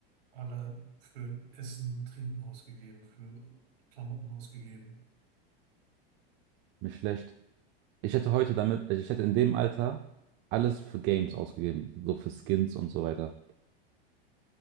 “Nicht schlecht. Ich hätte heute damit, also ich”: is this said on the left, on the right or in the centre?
Right